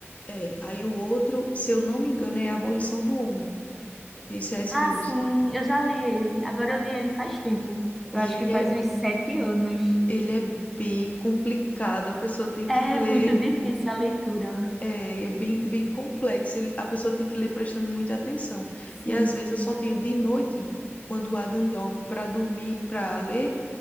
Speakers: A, on the left; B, in the centre.
A: é, aí o outro, se eu não me engano, é A Abolição do Homem, de C.S.
B: Ah,
A: Lewis.
B: sim, eu já li ele. Agora eu li ele faz tempo. Eu
A: E
B: acho
A: ele
B: que faz
A: é,
B: uns sete anos.
A: ele é bem complicado, a pessoa tem
B: É
A: que ler.
B: muito difícil a leitura.
A: É, é bem, bem complexo. ele- a pessoa tem que ler prestando muita atenção.
B: Sim.
A: E às vezes eu só tenho de noite, quando o Adam dorme, para dormir, para ler.